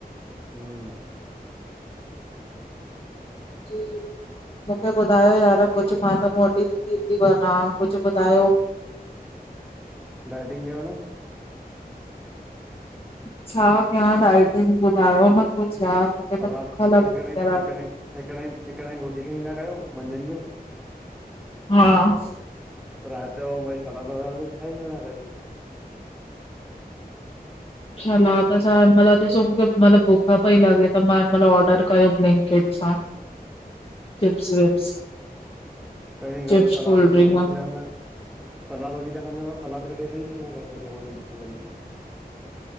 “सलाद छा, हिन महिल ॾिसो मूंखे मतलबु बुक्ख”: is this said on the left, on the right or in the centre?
Left